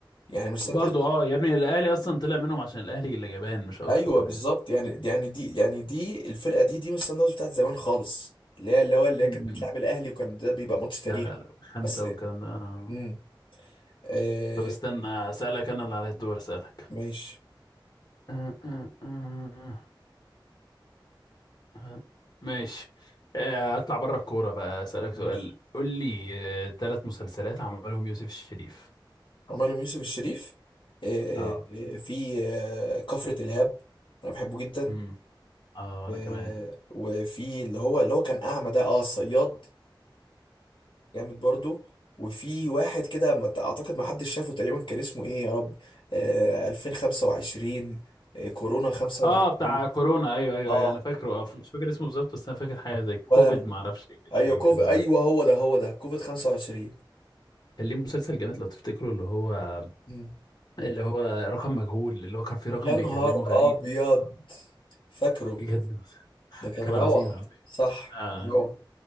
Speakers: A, on the left (about 75°); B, on the left (about 50°).
A: يعني مش سان
B: برضه
A: داونز
B: اه يا ابني الاهلي اصلا طلع منهم عشان الاهلي اللي جبان مش اكتر
A: ايوه بالظبط
B: يعني
A: يعني يعني دي يعني دي الفرقه دي دي مش سان داونز بتاعت زمان خالص اللي هي اللي هو اللي
B: مم.
A: هي كانت بتلعب الاهلي وكان ده بيبقى ماتش تاريخي
B: لا لا لا خمسة
A: بس يعني
B: والكلام ده آه.
A: امم آه
B: طب استنى اسألك انا اللي على الدور اسألك
A: ماشي
B: أه، أه، أه، أه. ماشي آه، هطلع بره الكورة بقى اسألك
A: ماشي
B: سؤال قول لي ثلاث مسلسلات عملهم يوسف الشريف
A: عمرو بن يوسف الشريف آه
B: اه
A: آه، في آه كفرة الهاب انا بحبه جدا
B: امم اه انا
A: آه
B: كمان
A: وفي اللي هو اللي هو كان اعمى ده اه الصياد جامد برضو وفي واحد كده ما- اعتقد ما حدش شافه تقريبا كان اسمه ايه يا رب آه 2025 آه كورونا 25
B: اه بتاع كورونا ايوه ايوه
A: اه
B: ايوه انا فاكره اه مش فاكر اسمه بالظبط بس انا فاكر حاجه زي كوفيد
A: ولا انا
B: ما اعرفش إيه كده
A: ايوه
B: حاجه
A: كوف
B: كده
A: ايوه
B: اه
A: هو ده هو ده كوفيد 25
B: كان ليه مسلسل جامد لو تفتكروا اللي هو
A: مم.
B: اللي هو رقم مجهول اللي هو كان فيه رقم
A: يا نهار
B: بيكلمه غريب
A: ابيض فاكره
B: بجد <laughs>
A: ده كان
B: كان
A: روعه
B: عظيم عظيم
A: صح
B: آه.
A: روعه